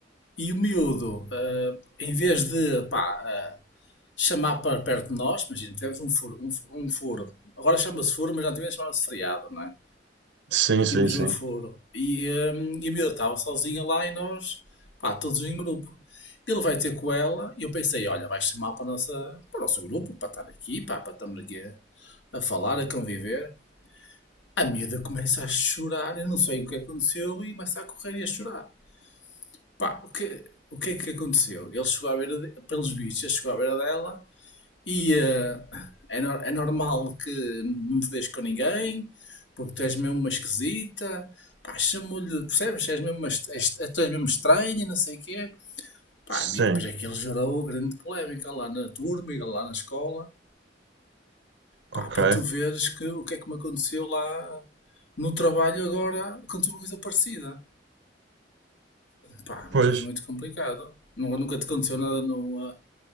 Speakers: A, on the left (about 85°); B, on the right (about 80°).
A: E o miúdo, eh, em vez de pá, eh, chamar para perto de nós, imagina, tivemos um furo, um, fu- um furo. Agora chama-se furo, mas antigamente chamava-se freado, não é?
B: Sim, sim,
A: Tínhamos
B: sim.
A: um furo. E, eh, e a miúda estava sozinha lá e nós, pá, todos em grupo. Ele vai ter com ela e eu pensei, olha, vai chamar para, a nossa, para o nosso grupo, para estar aqui, pá, para estarmos aqui a, a falar, a conviver. A miúda começa a chorar, eu não sei o que aconteceu, e começa a correr e a chorar. Pá, o que, o que é que aconteceu? Ele chegou à beira, de, pelos bichos, ele chegou à beira dela e eh, é, no- é normal que não te deixes com ninguém, porque tu és mesmo uma esquisita, pá, chamou-lhe, percebes? És mesmo uma, est- és, tu és mesmo estranha, não sei o quê. Pá,
B: Sim.
A: e depois é que ele gerou grande polémica lá na turma e lá na escola,
B: Ok.
A: pá, para tu veres que, o que é que me aconteceu lá no trabalho agora aconteceu uma coisa parecida. Pá, uma
B: Pois.
A: coisa muito complicada. Nunca nunca te aconteceu nada no, ah,